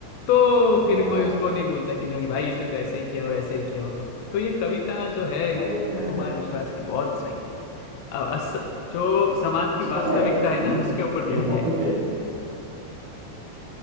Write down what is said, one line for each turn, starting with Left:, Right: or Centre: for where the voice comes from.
Left: तो फिर
Right: हाँ
Left: कोई उसको नहीं बोलता कि नहीं भाई इसने तो ऐसे ही किया हो ऐसे ही किया होगा तो ये कविता जो है
Right: अरे अरे
Left: कुमार
Right: अरे
Left: विश्वास
Right: अरे।
Left: की बहुत सही है अ- अस, जो समाज
Right: अच्छा
Left: की वास्तविकता
Right: पता है
Left: है
Right: सेम
Left: ना उसके ऊपर
Right: सेम
Left: ध्यान
Right: टॉपिक
Left: दिया है
Right: पे